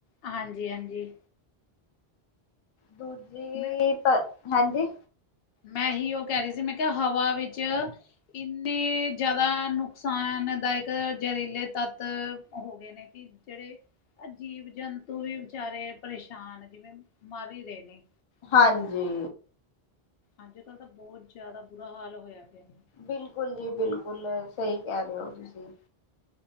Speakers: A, on the left (about 70°); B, on the left (about 40°).
A: ਹਾਂਜੀ, ਹਾਂਜੀ।
B: ਦੂਜੀੇ
A: ਮੈਂ
B: ਨਹੀਂ ਤ ਹਾਂਜੀ।
A: ਮੈਂ ਉਹ ਕਹਿ ਰਹੀ ਸੀ, ਮੈਂ ਕਿਹਾ ਹਵਾ ਵਿੱਚ ਕਿੰਨੇ ਜ਼ਿਆਦਾ ਨੁਕਸਾਨ ਦਾਇਕ ਜ਼ਹਿਰੀਲੇ ਤੱਤ, ਹੋ ਗਏ ਨੇ ਕਿ ਜਿਹੜੇ ਜੀਵ- ਜੰਤੂ ਵੀ ਵਿਚਾਰੇ ਪਰੇਸ਼ਾਨ, ਜਿਵੇਂ ਮਰ ਹੀ ਰਹੇ ਨੇ।
B: ਹਾਂਜੀ।
A: ਅੱਜ-ਕੱਲ ਤਾਂ ਬਹੁਤ ਜ਼ਿਆਦਾ, ਬੁਰਾ ਹਾਲ ਹੋਇਆ ਪਿਆ।
B: ਬਿਲਕੁਲ ਜੀ ਬਿਲਕੁਲ, ਸਹੀ ਕਹਿ ਰਹੇ
A: ਜੀ।
B: ਹੋ ਤੁਸੀਂ।